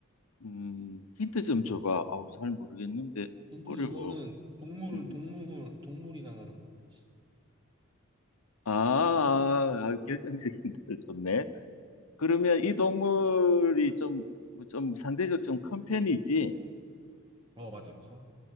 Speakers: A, on the left; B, on the right.
A: 음, 힌트 좀 줘봐. 아우 잘 모르겠는데
B: 인트
A: 어려워.
B: 이거는 동물
A: 음.
B: 동물 동물이랑 하는 거야, 그치?
A: 아, 아, 아, 결정적인 <laughs> 힌트 좋네. 그러면 이 동물이 좀, 뭐좀 상대적으로 좀 큰 편이지.
B: 어 맞아 커.